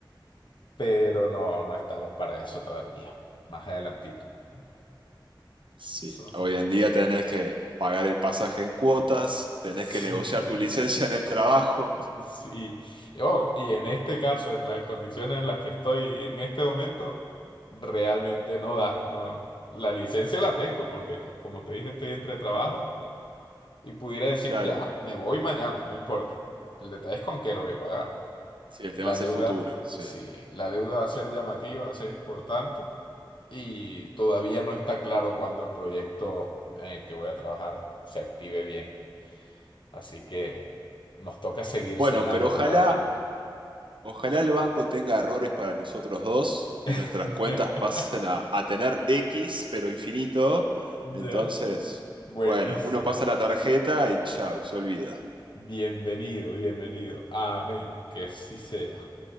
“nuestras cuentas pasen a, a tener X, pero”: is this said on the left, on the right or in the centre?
Right